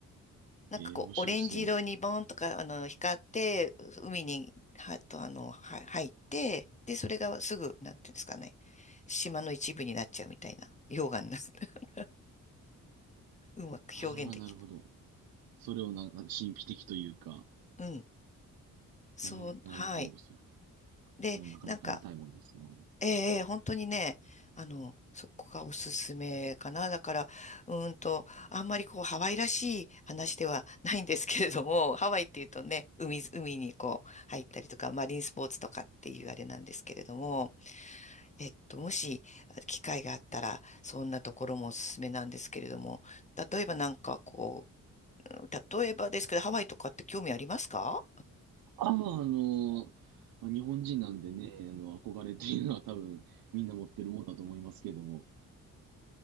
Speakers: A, on the left; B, on the right.
A: なんかこう、
B: へえ、面白そう。
A: オレンジ色にボーンとか、あの、光って、海に、は、と、あの、は、入って、で、それがすぐ、なんていうんですかね、島の一部になっちゃうみたいな、溶岩になる。<laughs> うまく表現でき
B: ああ、なるほど。それをな神秘的というか、
A: ない。うん。そう、
B: えーなるほどそれ。
A: はい。で、
B: それはなかなか見たいもんですね。
A: なんか、ええええ本当にね、あの、そこがおすすめかな。だから、うーんと、あんまりこう、ハワイらしい話ではないんですけれども、ハワイっていうとね、海、海にこう、入ったりとか、マリンスポーツとかっていうあれなんですけれども、えっと、もしあ機会があったら、そんなところもおすすめなんですけれども、例えばなんかこう、例えばですけど、ハワイとかって興味ありますか
B: ああ、あの、まあ、日本人なんでね、あの憧れっていうのは多分みんな持ってるもんだと思いますけれども、